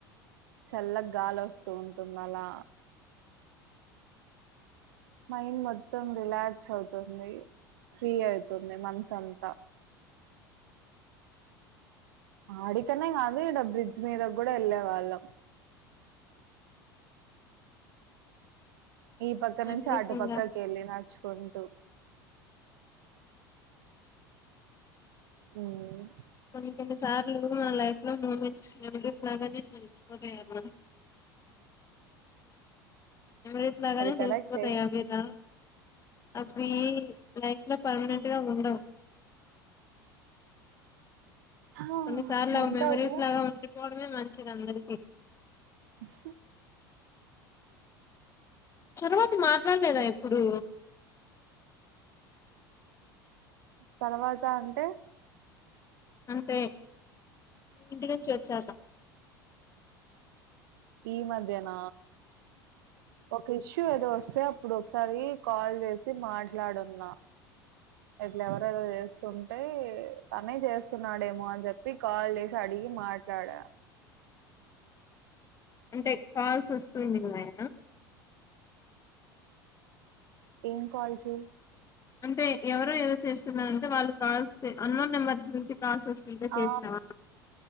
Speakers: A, on the right (about 65°); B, on the left (about 25°).
A: చల్లగా గాలి వస్తూ ఉంటుంది అలా మైండ్ మొత్తం రిలాక్స్ అవుతుంది ఫ్రీ అయి తుంది మనసంతా ఆడికనే కాదు ఇడా బ్రిడ్జ్ మీదకు కూడా వెళ్ళే వాళ్ళం ఈ పక్క
B: మెమరీస్
A: నుంచి ఆటు
B: ఇంగా
A: పక్కకి వెళ్ళిన చ్చుకుంటూ హుమ్
B: కొన్ని కొన్ని సార్లు మా లైఫ్ లో మూమెంట్స్ మెమరీస్ లాగానే నర్చిపోతాయవి మెమోరీస్ లాగానే
A: అది కరెక్టే
B: తెలిసిపోతాయ్ అబిద అవ్వి లైఫ్ ల పర్మనెంట్ గా ఉండవు <inaudible>
A: హా,
B: కొన్ని సార్లు
A: ఉండవు
B: మెమరీస్ లాగా ఉండిపోవడమే మంచిది అందరికీ
A: స
B: తరువాత మాట్లాడలేదా ఎప్పుడు
A: తర్వాత అంటే
B: అంటే ఇంటి నుంచి వచ్చాలా
A: ఈ మధ్యన ఒక ఇష్యూ ఏదో వస్ స్తే అప్పుడు ఒకసారి కాల్ చేసి మాట్లాడున్నా ఇట్లా ఎవరేదో చేస్తుంటే తనే చేస్తున్నాడేమో అని చెప్పి కాల్ చేసి అడిగి మాట్లాడా.
B: అంటే కల్స్ వస్తు ఉన్నాయా
A: ఏం కాల్సు
B: అంటే ఎవరో ఏదో చేస్తున్నారంటే వాళ్ళు కాల్స్ అన్లోన్ నెంబర్ నుంచి కాల్స్ వస్తుంటే చేసావా
A: ఆ